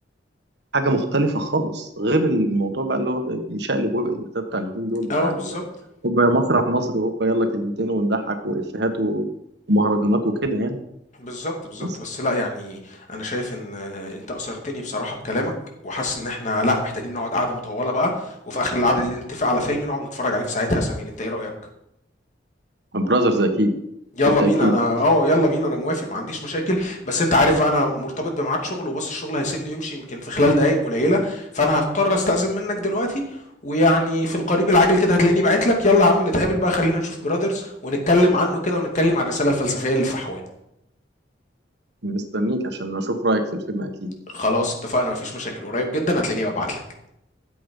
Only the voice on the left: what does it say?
اه بالظبط
بالظبط بالظبط
بس لا يعني انا شايف ان آه، انت اثرتني بصراحه بكلامك وحاسس ان احنا لا محتاجين نقعد قعده مطوله بقى وفي اخر القعده دي نتفق على فيلم نقعد نتفرج عليه في ساعتها يا سمير انت ايه رايك
يلا
بينا انا اه يلا بينا انا موافق ما عنديش مشاكل بس انت عارف بقى انا مرتبط بميعاد شغل وبص الشغل هيسيبني ويمشي يمكن في خلال دقائق قليله فانا هضطر استأذن منك دلوقتي ويعني في القريب العاجل كده هتلاقيني بعت لك يلا يا عم نتقابل بقى خلينا نشوف براذرز ونتكلم عنه كده ونتكلم عن الرساله الفلسفيه اللي في أحواه
خلاص اتفقنا مفيش مشاكل قريب جدا هتلاقيني ببعتلك